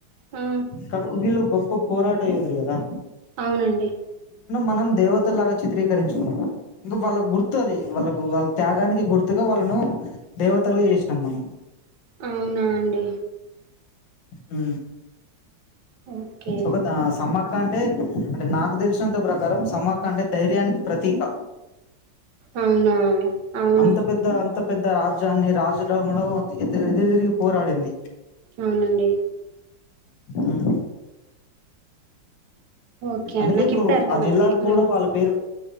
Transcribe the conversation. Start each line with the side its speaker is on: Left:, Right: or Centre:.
Right: ఆ
Left: క విలు గొప్ప ఒక పోరాట యోధులు గదా
Right: అవునండి
Left: మనం దేవతలలాగా చిత్రీకరించుకున్నాం ఇంకా వాళ్ళ గుర్తు అది వాళ్ళకు వాళ్ళ త్యాగానికి గుర్తుగా వాళ్ళ ను దేవతలుగా చేసినాం మనం
Right: అవునాండి
Left: హ్మ్
Right: ఓకే
Left: ఒక ద సమ్మగ క్క అంటే నాకు తెలిసినంత ప్రకారం సమక్క అంటే ధైర్యానికి ప్రతీక
Right: అవునవును అవును
Left: అంత పెద్ద అంత పెద్ద రాజ్యాన్ని రాజులను గూడ ఎదురు తిరిగి పోరాడింది.
Right: అవునండి
Left: ఉమ్
Right: ఓకే
Left: అందుకే
Right: అండి నాకు
Left: ఇప్పుడు
Right: ఇప్పుడే అర్థమైంది
Left: ఆ జిల్లాకు కూడా
Right: ఉమ్.
Left: వాళ్ళ పేరు